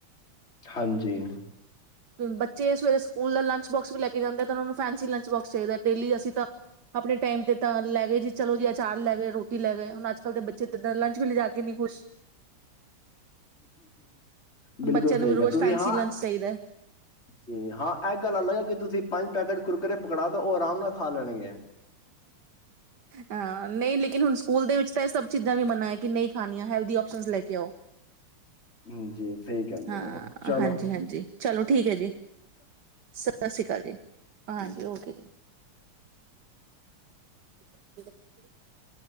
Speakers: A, on the left; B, on the right.
A: ਹਾਂਜੀ।
B: ਬੱਚੇ ਸਵੇਰੇ ਸਕੂਲ ਦਾ ਲੰਚ ਬੋਕਸ ਵੀ ਲੈ ਕੇ ਜਾਂਦੇ, ਤੇ ਉਨਾਨੂੰ ਫੈਸੀ ਲੰਚ ਬੋਕਸ ਚਾਹੀਦਾ ਡੇਲੀ, ਅਸੀਂ ਤਾਂ ਆਪਣੇ ਟਾਈਮ ਤੇ ਤਾਂ ਲੈ ਗਏ ਜੀ, ਚਲੋ ਜੀ ਅਚਾਰ ਲੈ ਗਏ। ਰੋਟੀ ਲੈ ਗਏ। ਹੁਣ ਅੱਜ ਕੱਲ੍ਹ ਦੇ ਬੱਚੇ ਤੇ ਇਦਾਂ ਲੰਚ ਵੀ ਲੈ ਜਾ ਕੇ ਨੀ ਖੁਸ਼।
A: ਬਿਲਕੁਲ
B: ਬੱਚਿਆਂ
A: ਸਹੀ
B: ਨੂੰ ਵੀ ਰੋਜ਼
A: ਹੈ, ਤੁਸੀਂ
B: ਫੈਂਸੀ
A: ਹਾਂ,
B: ਲੰਚ ਚਾਹੀਦਾ
A: ਜੀ ਹਾਂ, ਇਹ ਗੱਲ ਅਲਗ ਹੈ, ਕਿ ਤੁਸੀ ਪੰਜ ਪੈਕੇਟ ਕੁਰਕੁਰੇ ਪਕੜਾ ਦੋ, ਔ ਆਰਾਮ ਨਾਲ ਖਾ ਲੈਣਗੇ, ਪਰ
B: ਹਾ, ਨਹੀਂ ਲੇਕਿਨ ਹੁਣ ਸਕੂਲ ਦੇ ਵਿੱਚ ਤਾਂ ਇਹ ਸਭ ਚੀਜ਼ਾਂ ਵੀ ਮੰਨਾ ਹੈ। ਕੀ ਨਹੀ ਖਾਣੀਆਂ, ਹੈਲਦੀ ਔਪਸ਼ਨਸ ਲੈ ਕੇ ਆਓ।
A: ਚਲੋ ਜੀ ਸਹੀ ਕਹਿੰਦੇ
B: ਹਾਂ
A: ਹੋ ਚਲੋ
B: ਹਾਂਜੀ। ਹਾਂਜੀ। ਚਲੋ ਠੀਕ ਹੈ ਜੀ, ਸਤਿ ਸ੍ਰੀ ਅਕਾਲ ਜੀ, ਹਾਂਜੀ। ਔਕੇ ਜੀ। <unintelligible>